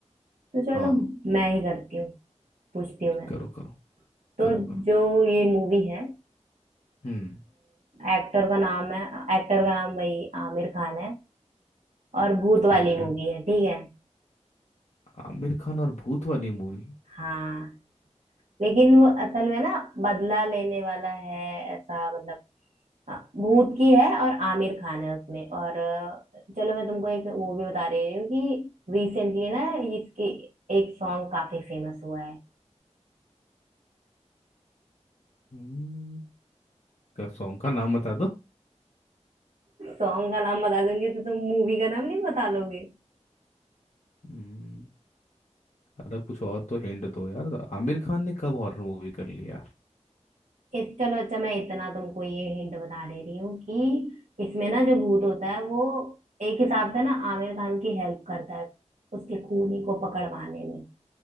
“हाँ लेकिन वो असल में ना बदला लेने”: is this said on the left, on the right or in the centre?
Right